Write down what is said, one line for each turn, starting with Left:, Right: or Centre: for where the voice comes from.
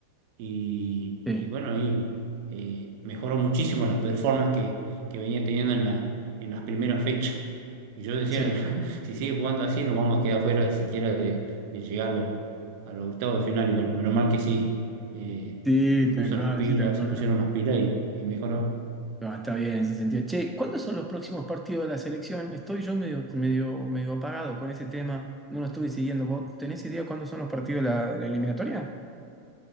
Right: y,
Centre: sí,
Right: y bueno, ahí eh, mejoró muchísimo las performance que, que venía teniendo en, la, en las primeras fechas. Y yo decía,
Centre: sí.
Right: <laughs> si sigue jugando así, nos vamos a quedar fuera siquiera de, de llegar a los, a los octavos de final. Y bueno, menos mal que sí, eh,
Centre: Sí,
Right: se puso
Centre: tal cual,
Right: las pilas,
Centre: sí, te acuerdo.
Right: se pusieron las pilas y, y mejoró.
Centre: No, está bien en ese sentido. Che, ¿cuándo son los próximos partidos de la selección? Estoy yo medio, medio, medio apagado con ese tema. No lo estuve siguiendo. ¿Vos tenés idea cuándo son los partidos de la, de la eliminatoria?